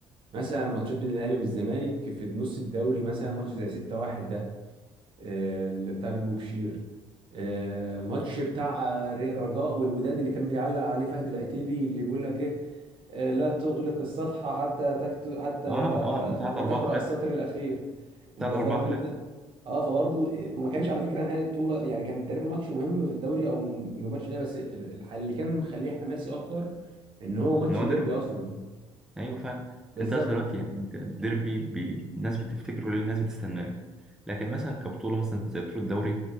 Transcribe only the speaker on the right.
مثلا ماتشات بين الاهلي والزمالك في نص الدوري مثلا ماتش زي 6-1 ده آه، اللي بتاع بيبو بشير آه، ماتش بتاع آه، الرجاء والوداد اللي كان بيعلق عليه فهد العتيبي اللي بيقول لك ايه آه، لا تغلق الصفحة حتى تكت... حتى
ت- تقرأ
السطر الأخير أنت
فاهم أنت؟
أه فبرضه وما كانش على فكرة نهائي بطولة يعني كان تقريبا ماتش مهم في الدوري أو م- ماتش نهائي بس ال- الح- اللي كان مخليه حماسي أكتر إن هو ماتش
ديربي
أصلا
بالظبط